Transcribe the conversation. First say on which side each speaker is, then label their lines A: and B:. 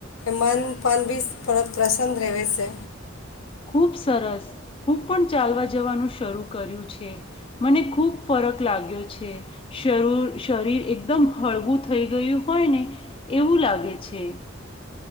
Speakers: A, on the left; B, on the left.
A: મન પણ બી થોડોક પ્રસન્ન રેવે સે.
B: ખૂબ સરસ. હું પણ ચાલવા જવાનું શરૂ કર્યું છે. મને ખૂબ ફરક લાગ્યો છે. શરૂ શરીર એકદમ હળવું થઈ ગયું હોય ને એવું લાગે છે.